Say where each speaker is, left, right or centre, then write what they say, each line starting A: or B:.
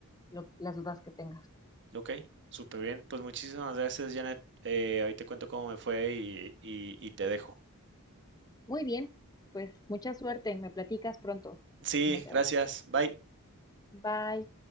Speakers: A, on the left; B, on the right.
A: lo, las dudas que tengas.
B: Ok, súper bien. Pues muchísimas gracias, Janet. Eh, ahorita cuento cómo me fue y, y y te dejo.
A: Muy bien, pues mucha suerte, me platicas pronto
B: Sí,
A: cómo te
B: gracias.
A: va.
B: Bye.
A: Bye.